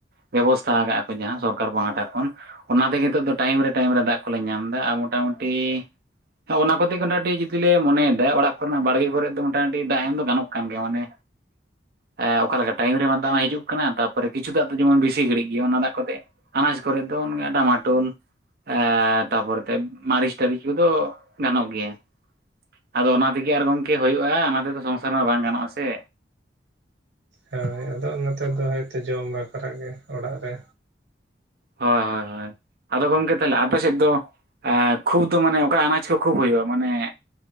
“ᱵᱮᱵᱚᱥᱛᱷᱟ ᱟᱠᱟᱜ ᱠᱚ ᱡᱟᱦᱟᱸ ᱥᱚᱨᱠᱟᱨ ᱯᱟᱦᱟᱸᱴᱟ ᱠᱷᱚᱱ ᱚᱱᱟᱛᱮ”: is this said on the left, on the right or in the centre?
Right